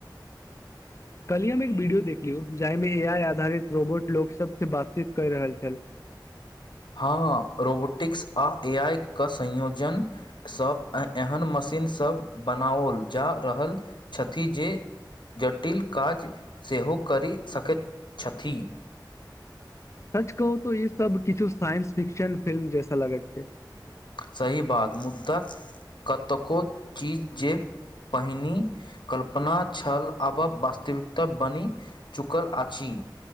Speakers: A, on the left (about 40°); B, on the left (about 75°).
A: <inaudible> कल्हि हम एक वीडियो देख लियौ जाहिमे ए आइ आधारित रोबोट लोक सबसँ बातचीत कर रहल छल <inaudible>
B: हँ रोबोटिक्स आ ए आई के संयोजनसँ एहन मशीन सभ बनाओल जा रहल छथि जे जटिल काज सेहो करि सकैत छथि
A: सच कहू तो ई सब किछु साइंस फिक्शन फिल्म जैसा लगैत छै
B: सही बात मुद्दा कतको चीज जे पहिनी कल्पना छल आब वास्तविकता बनि चुकल अछि <inaudible>